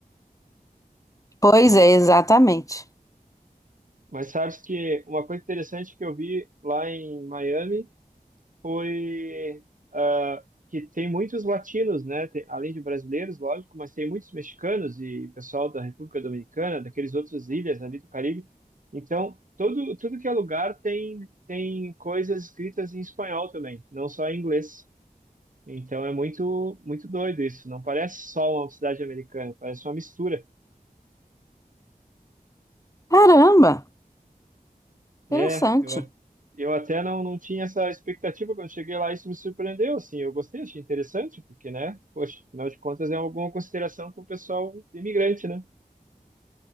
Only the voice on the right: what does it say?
Mas sabes que uma coisa interessante que eu vi lá em Miami foi ah, que tem muitos latinos, né? Tem- além de brasileiros, lógico, mas tem muitos mexicanos e pessoal da República Dominicana, daqueles outras ilhas ali do Caribe. Então, todo, tudo que é lugar tem, tem coisas escritas em espanhol também, não só em inglês. Então é muito, muito doido isso. Não parece só uma cidade americana, parece uma mistura.
É,
eu, a- eu até não, não tinha essa expectativa quando cheguei lá, isso me surpreendeu, assim, eu gostei, achei interessante, porque, né, poxa, afinal de contas é alguma consideração com o pessoal imigrante, né?